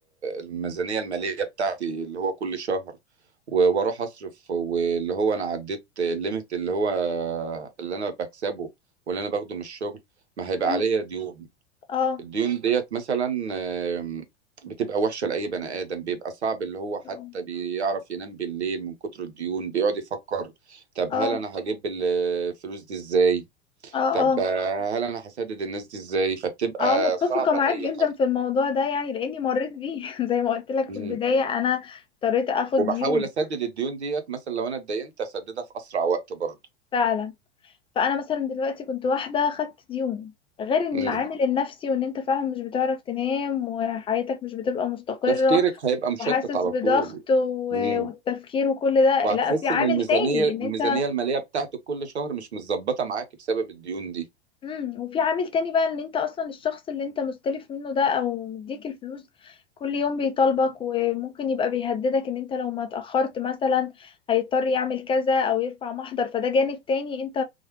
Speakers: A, on the right; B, on the left.
A: الميزانية المالية بتاعتي اللي هو كل شهر و- وأروح أصرف واللي هو أنا عديت الليميت اللي هو اللي أنا بكسبه واللي أنا باخده من الشغل ما هيبقى
B: امم
A: عليا ديون
B: اه
A: الديون ديت مثلا آم، بتبقى وحشة لأي بني آدم بيبقى صعب اللي هو حتى
B: اه
A: بيعرف ينام بالليل من كتر الديون بيقعد يفكر طب
B: اه
A: هل أنا هجيب الفلوس دي إزاي
B: اه
A: طب آه، هل انا هسدد الناس دي ازاي فبتبقى
B: اه متفقة
A: صعبه
B: معاك
A: لاي
B: جدا
A: <laughs> حد
B: في الموضوع ده يعني لاني مريت بيه <laughs> زي ما قلت لك
A: مم.
B: في البداية انا اضطريت اخد
A: وبحاول
B: ديون
A: اسدد الديون ديت مثلا لو انا اتدينت اسددها في اسرع وقت برضه
B: فعلا فانا مثلا دلوقتي كنت واحدة خدت ديون غير ان
A: مم.
B: العامل النفسي وان انت فعلا مش بتعرف تنام وحياتك مش بتبقى مستقرة
A: تفكيرك هيبقى مشتت
B: وحاسس
A: على
B: بضغط
A: طول
B: و-
A: مم.
B: والتفكير وكل ده
A: وهتحس
B: لا في عامل
A: ان الميزانيه
B: تاني ان انت
A: الميزانيه الماليه بتاعتك كل شهر مش متظبطه معاك بسبب الديون دي
B: امم وفي عامل تاني بقى ان انت اصلا الشخص اللي انت مستلف منه ده او مديك الفلوس كل يوم بيطالبك وممكن يبقى بيهددك ان انت لو ما اتأخرت مثلا هيضطر يعمل كذا او يرفع محضر فده جانب تاني انت